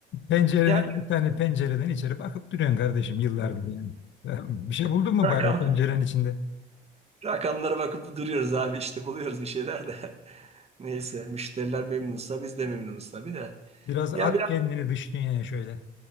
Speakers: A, on the left; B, on the right.
A: Pencere,
B: Yani
A: bir tane pencereden içeri bakıp duruyorsun kardeşim yıllardır yani. <laughs> Tamam. Bir şey buldun mu
B: rakam,
A: bari o pencerenin içinde?
B: rakamlara bakıp duruyoruz abi işte buluyoruz bir şeyler de. <laughs> Neyse müşteriler memnunsa biz de memnunuz tabii de.
A: Biraz
B: Ya
A: at kendini dış dünyaya şöyle.